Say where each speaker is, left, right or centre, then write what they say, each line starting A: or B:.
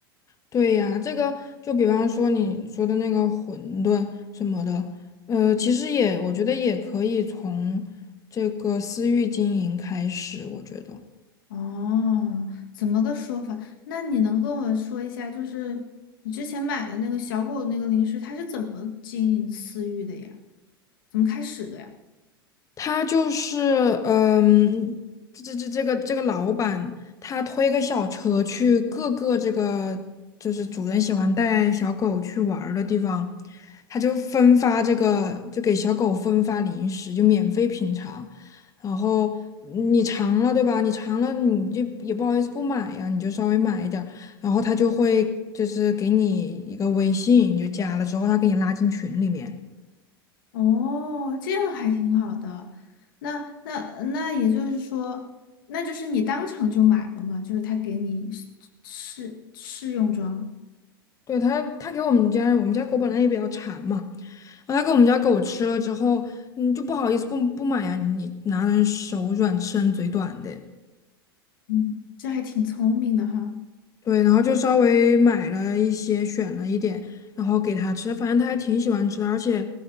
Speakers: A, on the left (about 25°); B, on the left (about 60°).
A: 对呀，这个就比方说你说的那个馄饨什么的，呃，其实也我觉得也可以从这个私域经营开始，我觉得。
B: 哦，怎么个说法？那你能跟我说一下，就是你之前买的那个小狗那个零食，它是怎么经营私域的呀？怎么开始的呀？
A: 他就是，嗯，这这这这个这个老板，他推个小车去各个这个就是主人喜欢带小狗去玩儿的地方，他就分发这个，就给小狗分发零食，就免费品尝。然后你尝了，对吧？你尝了，你就也不好意思不买呀，你就稍微买一点儿。然后他就会就是给你一个微信，你就加了之后，他给你拉进群里面。
B: 哦，这样还挺好的。那那那也就是说，那就是你当场就买了嘛，就是他给你试试试用装。
A: 对，他，他给我们家我们家狗本来也比较馋嘛。后他给我们家狗吃了之后，嗯，就不好意思不不买呀，你拿人手软，吃人嘴短的。
B: 嗯，这还挺聪明的哈。
A: 对，然后就稍微买了一些，选了一点，然后给它吃，反正它还挺喜欢吃的，而且